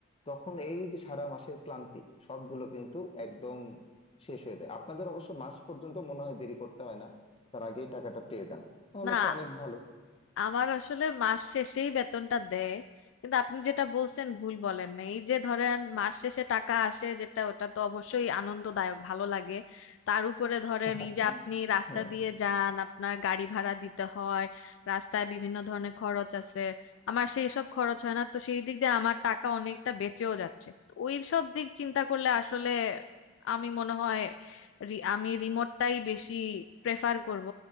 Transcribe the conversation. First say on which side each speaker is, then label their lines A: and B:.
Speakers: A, on the left; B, on the left.
A: তখন এই যে সারা মাসের ক্লান্তি সবগুলো কিন্তু একদম শেষ হয়ে যায় আপনাদের অবশ্য মাস পর্যন্ত মনে হয় দেরি করতে হয় না তার আগেই টাকাটা পেয়ে যান তাহলে
B: না
A: তো অনেক ভালো
B: আমার আসলে মাস শেষেই বেতনটা দেয় কিন্তু আপনি যেটা বলছেন ভুল বলেন না এই যে ধরেন মাস শেষে টাকা আসে যেটা ওটা তো অবশ্যই আনন্দদায়ক ভালো লাগে তার উপরে ধরেন
A: <laughs>
B: এই যে আপনি রাস্তা
A: হ্যাঁ
B: দিয়ে যান আপনার গাড়ি ভাড়া দিতে হয় রাস্তায় বিভিন্ন ধরনের খরচ আছে আমার সেই সব খরচ হয় না তো সেই দিক দিয়ে আমার টাকা অনেকটা বেঁচেও যাচ্ছে তো ওই সব দিক চিন্তা করলে আসলে আমি মনে হয় রি- আমি রিমোটটাই বেশি প্রেফার করব